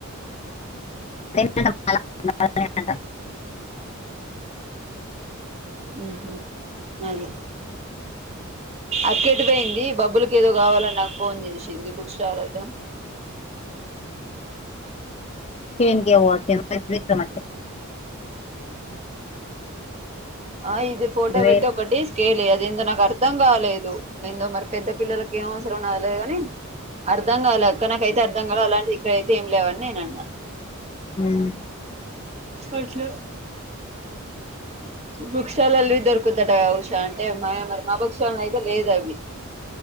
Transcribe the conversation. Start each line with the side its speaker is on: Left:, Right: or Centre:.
Left: <inaudible>
Right: ఊహు అదే అక్కేటుపోయింద్ ఈ బబ్బులుకి ఏదో కావాలని నాకు ఫోన్ చేసింది బుక్ స్టాల్ అద
Left: ఏన్కేమో <inaudible> తెల్వ
Right: ఆ ఇది ఫోటో
Left: ఇటు వేరు
Right: పెట్టి ఒకటిస్ కేలే అది ఏందో నాకు అర్థం కాలేదు ఏందో మరి పెద్ద పిల్లలకి ఏం అవసరమో నాలేదుగాని అర్ధం గాల అక్క నాకైతే అర్థం గాల అలాంటి ఐతే ఏం లేవని నేన్ అన్నా
Left: ఉమ్,
Right: అట్ల బుక్స్ స్టాల్ల లిడ్ దొరుకుదట గాల ఉషా అంటే మాఏ మరి మా బుక్షాలైతే లేదు అవి